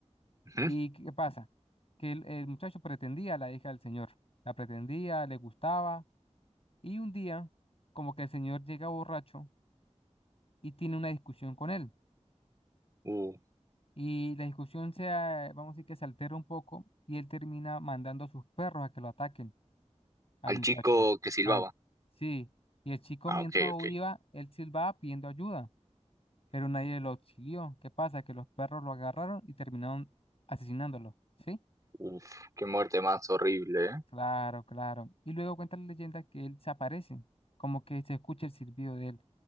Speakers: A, on the right; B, on the left.
A: Ujú.
B: ¿Y qué pasa? Que el, el muchacho pretendía a la hija del señor, la pretendía, le gustaba y un día como que el señor llega borracho y tiene una discusión con él.
A: Uh,
B: Y la discusión se, eh, vamos a decir que se altera un poco y él termina mandando a sus perros a que lo ataquen al
A: al
B: muchacho.
A: chico que silbaba.
B: Al, sí, y el chico
A: Ah,
B: mientras
A: ok, ok.
B: viva, él silbaba pidiendo ayuda, pero nadie lo auxilió. ¿Qué pasa? Que los perros lo agarraron y terminaron asesinándolo, ¿sí?
A: Uf, qué muerte más horrible, ¿eh?
B: Claro, claro. Y luego cuenta la leyenda que él se aparece, como que se escucha el silbido de él.